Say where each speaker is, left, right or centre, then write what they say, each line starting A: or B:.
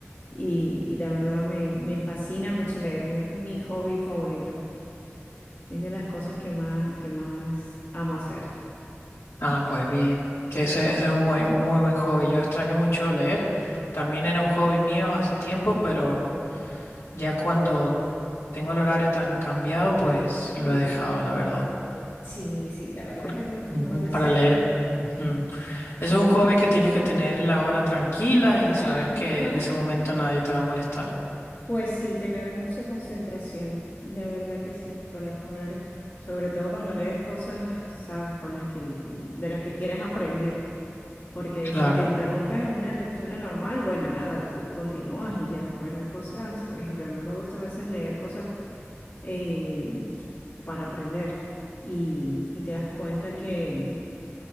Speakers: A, on the left; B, on the left.
A: y, y la verdad me, me fascina mucho leer, es mi hobby favorito, es de las cosas que más, que más amo hacer.
B: Ah, pues bien. Que ese, ese es un muy, muy buen hobby. Yo extraño mucho leer. También era un hobby mío hace tiempo, pero ya cuando tengo el horario tan cambiado, pues lo he dejado, la verdad.
A: Sí, sí, la verdad
B: Por-
A: que
B: ujú,
A: no debe
B: Para
A: ser.
B: leer. ujú. Eso es un hobby que tienes que tener la hora tranquila y
A: Ajá.
B: saber que en ese momento nadie te va a molestar.
A: Pues sí, tener mucha concentración, la verdad que sí, para poder, sobre todo cuando lees cosas, sabes, con las que, de las que quieres aprender, porque
B: Claro.
A: si te interrumpe una lectura normal, bueno, nada, tú continúas y ya, pero hay cosas, por ejemplo, a mí me gusta a veces leer cosas eh, para aprender y, y te das cuenta que,